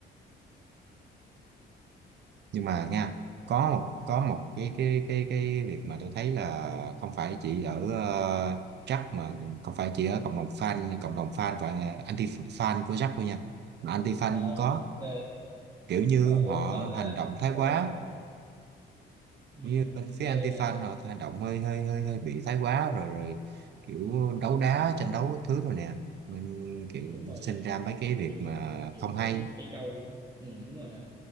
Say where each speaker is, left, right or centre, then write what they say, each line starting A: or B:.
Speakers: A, on the right; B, on the right.
A: nhưng mà nha có một có một cái cái cái cái việc mà tôi thấy là không phải chỉ ở uh, Jack mà không phải chỉ ở cộng đồng fan cộng đồng fan và anti fan của Jack thôi nha mà anti fan
B: Ồ,
A: cũng có
B: ok
A: kiểu như
B: ồ ủa,
A: họ
B: có nữa
A: hành
B: hả
A: động thái
B: ồ
A: quá
B: ừ,
A: như bên
B: ok
A: phía anti fan
B: nè
A: họ hành động hơi hơi hơi hơi bị thái quá rồi rồi kiểu
B: ừ,
A: đấu đá tranh đấu các thứ rồi nè nên kiểu
B: ừ, đúng rồi
A: sinh ra mấy cái việc
B: nhiều
A: mà
B: người- nhiều
A: không
B: người
A: hay
B: thấy trẻ trâu luôn ừ, đúng rồi nè